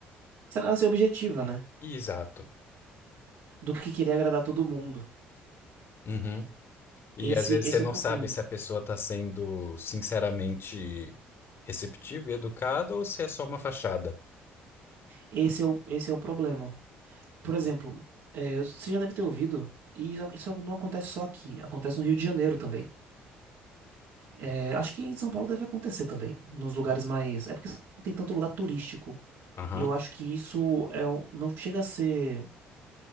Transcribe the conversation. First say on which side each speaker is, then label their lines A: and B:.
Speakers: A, on the right (about 65°); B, on the left (about 45°).
A: Será ser objetiva, né?
B: Exato.
A: Do que querer agradar todo mundo.
B: Uhum. E
A: Esse,
B: às vezes
A: esse
B: você
A: é
B: não
A: o problema.
B: sabe se a pessoa está sendo sinceramente receptiva e educada ou se é só uma fachada.
A: Esse é o, esse é o problema. Por exemplo, é, você já deve ter ouvido, e isso isso não acontece só aqui, acontece no Rio de Janeiro também. É, acho que em São Paulo deve acontecer também, nos lugares mais. É porque não tem tanto lugar turístico.
B: Aham.
A: E eu acho que isso é, um- não chega a ser,